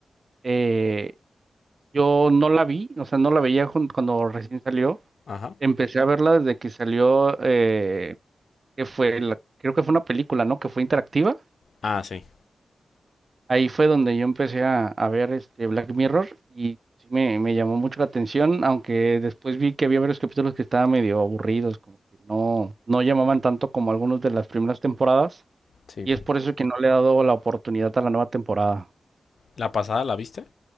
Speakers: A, on the right; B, on the left.
A: eh, yo no la vi, o sea, no la veía jun- cuando recién salió.
B: Ajá.
A: Empecé a verla desde que salió, eh, que fue, la- creo que fue una película, ¿no? Que fue interactiva.
B: Ah, sí.
A: Ahí fue donde yo empecé a, a ver este Black Mirror y sí me, me llamó mucho la atención, aunque después vi que había varios capítulos que estaban medio aburridos, como que no, no llamaban tanto como algunos de las primeras temporadas,
B: Sí.
A: y es por eso que no le he dado la oportunidad a la nueva temporada.
B: ¿La pasada la viste?